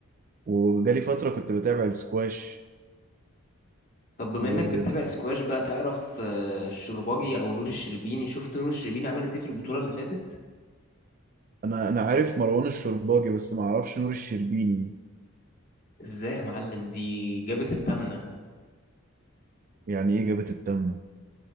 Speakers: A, on the right (about 40°); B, on the left (about 40°).
A: وجالي فترة كنت بتابع السكواش
B: طب بما
A: وأنا
B: انك بتتابع سكواش بقى تعرف آه، الشرباجي او نور الشربيني شفت نور الشربيني عملت ايه في البطوله اللي فاتت
A: أنا عارف مروان الشرباجي بس ما أعرفش نور الشربيني دي
B: ازاي يا معلم دي جابت التامنه
A: يعني إيه جابت التامنة